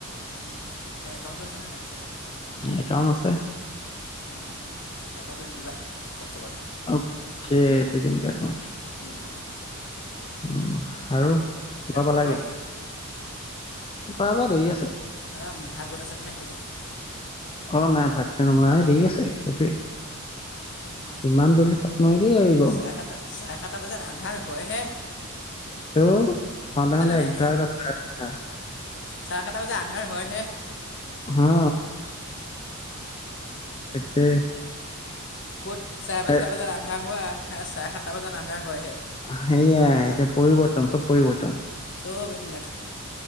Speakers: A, on the left; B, on the left.
A: অ, এতিয়া একাউণ্টটো আছে নে নাই পিছে?
B: একাউণ্ট আছে।
A: অ একাউণ্টটো দি দিবা হোৱাটছআপত।
B: অকে, তে দিম দিয়া তোমাক।
A: উম।
B: উ আৰু ঘৰ
A: খোৱা
B: পালাগে?
A: বোৱা
B: খোৱা-বোৱা দেৰি আছে।
A: হা ভাত বনাইছেনে নাই সেইটো কৈছোঁ।
B: অ, নাই ভাত এতিয়া নবনায়। এই দেৰি আছে, সেইটোৱে।
A: কৈছোঁ
B: ইমান জল্দি খাব নোৱাৰি। দেই এই গৰমত
A: চাৰে সাতটা, চাৰে সাতটা বজাত আন্ধাৰ হয় হে।
B: ত খাওঁতে-খাওঁতে
A: নাই
B: এঘাৰটা চাৰে <unintelligible> টা।
A: চাৰে সাতটা বজাত আন্ধাৰ হয় হে।
B: হু, তাকে।
A: ক'ত চাৰে পাঁচটা
B: এ
A: বজাত আন্ধাৰ হোৱা আৰু চাৰে সাতটা বজাত আন্ধাৰ হয় হে।
B: সেইয়াই এতিয়া পৰিৱৰ্তন চব পৰিৱৰ্তন।
A: চব এইবিলাক।